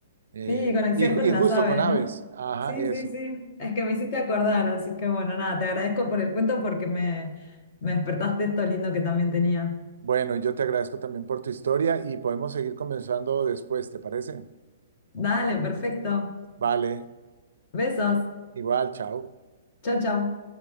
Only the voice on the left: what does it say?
Sí, conexión
con
las
aves,
¿no?
Sí,
sí, sí. Es que me hiciste acordar, así que bueno, nada, te agradezco por el cuento porque me, me despertaste esto lindo que también tenía.
Dale, perfecto.
Besos.
Chau, chau.